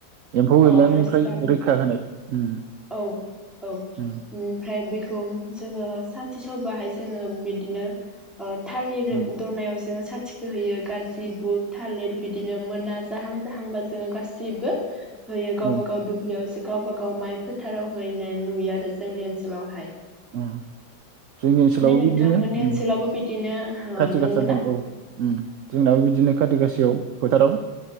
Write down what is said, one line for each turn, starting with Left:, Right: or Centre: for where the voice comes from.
Right: एम्फौ
Centre: अ
Right: एनलानिफ्राय
Centre: आर'ज गाब
Right: रैखा होनाय ओम
Centre: औ औ
Right: ओम।
Centre: ओमफ्राय बेखौ जोङो साथि सावबाहाय जोङो बिदिनो ओ थालिर
Right: उम
Centre: दनायाव जोङो सा थिखो होयो गाजि बुट थालिर बिदिनो मोना जाहां-जाहांबा जोङो गासिबो होयो गावबा
Right: औ
Centre: गाव दुब्लियाव जो गावबा गाव माइ फोथाराव हैनाय नुयो आरो जोंनि ओनसोलावहाय।
Right: उम जोंनि ओनसोलावबो
Centre: नोंथांमोननि
Right: बिदिनो उम।
Centre: ओनसोलावबो बिदिनो ओ
Right: खाथि
Centre: नंगौना
Right: गासा दं औ उम जोंनाबो बिदिनो काति गासायाव फोथाराव